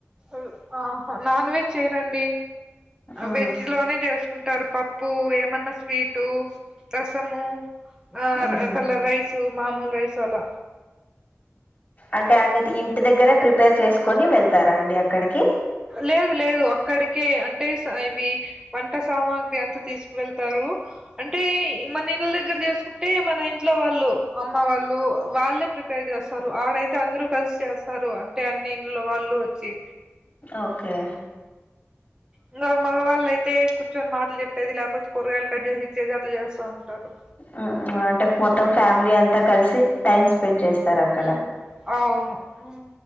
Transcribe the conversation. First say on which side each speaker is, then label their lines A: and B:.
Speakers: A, on the right (about 15°); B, on the left (about 30°).
A: మ్ ఆహ నాన్ వెజ్ చేయరండి
B: ఆ
A: వెజ్ లోనే చేసు కుంటారు పప్పు ఏమన్నా స్వీటు రసము ఆ
B: ఆహా
A: కలర్ రైసు మామూలు రైస్ అలా
B: అంటే అన్ని ఇంటి దగ్గరే ప్రిపేర్ చేసుకొని వెళ్తారా అండి అక్కడికి
A: లేదు లేదు అక్కడికే అంటే స ఇవి వంట సామాగ్రి అంత తీసుకువెళ్తారు అంటే మన ఇండ్ల దగ్గర చేసుకు అంటే మన ఇంట్లో వాళ్ళు అమ్మ వాళ్ళు వాళ్ళే ప్రిపేర్ చేస్తారు ఆడైతే అందరూ కలిసి చేస్ తారు అంటే అన్ని ఇండ్లలో వాళ్లు వచ్చి
B: ఓకే
A: ఇట్లా మగవాళ్లైతే కూర్చొని మాటలు చెప్పేది లేపోతే కూరగాయలు కట్ చేసి ఇచ్చేది అట్ల చేస్తా ఉంటారు
B: హ్మ్ అంటే మొత్తం ఫ్యామిలీ అంతా కలిసి టైమ్ స్పెండ్ చేస్తారు అక్కడ
A: హ్మ్ అవును హ్మ్